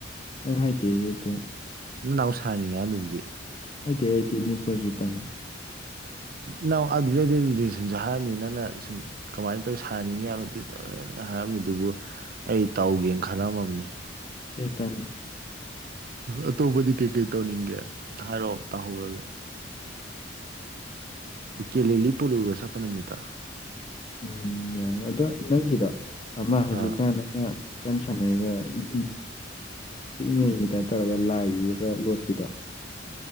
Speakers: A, on the left; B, on the right.
A: ꯑꯩ ꯍꯥꯏꯗꯤꯦꯗꯤ
B: ꯅ ꯅꯍꯎ ꯁꯥꯅꯤꯡꯉ ꯃꯤꯗꯨꯗꯤ
A: ꯑꯩꯗꯤ ꯑꯩꯗꯤ ꯅꯤꯄꯔꯁꯨꯇꯪꯅꯤ
B: ꯅꯪ ꯑꯗꯨꯗꯩꯗꯤꯗꯤ ꯁꯨꯝꯁꯨ ꯍꯥꯏꯔꯝꯃꯤ ꯅꯪꯅ ꯁꯨꯝ ꯀꯃꯥꯏꯅ ꯇꯧꯋꯤ ꯁꯥꯅꯤꯡꯉꯦ ꯍꯥꯏꯕ ꯇꯧꯋꯦꯅ ꯍꯥꯏꯔꯝꯃꯤꯗꯨꯕꯨ ꯑꯩ ꯇꯧꯒꯦꯅ ꯈꯜꯂꯝꯃꯕꯅꯦ
A: ꯇꯥꯡ
B: ꯑꯇꯣꯞꯄꯗꯤ ꯀꯩꯀꯩ ꯇꯧꯅꯤꯡꯒꯦ ꯍꯥꯏꯔꯛꯑꯣ ꯇꯥꯍꯧꯔꯒꯦ ꯎꯀꯦꯂꯤ ꯂꯤꯄ ꯂꯔꯁꯄꯅꯃꯤꯗ
A: ꯎꯝ ꯌꯥꯏ ꯑꯗꯣ ꯅꯪꯒꯤꯗꯣ ꯑꯃ ꯍꯧꯖꯤꯛꯀꯥꯟ
B: ꯑꯥ
A: ꯑꯃ <unintelligible> ꯇꯛ ꯌꯦꯦꯟꯈꯤꯗ ꯍꯥꯏ ꯇꯔꯒ ꯂꯥꯏꯒꯤꯒ ꯂꯣꯠꯄꯤꯗꯣ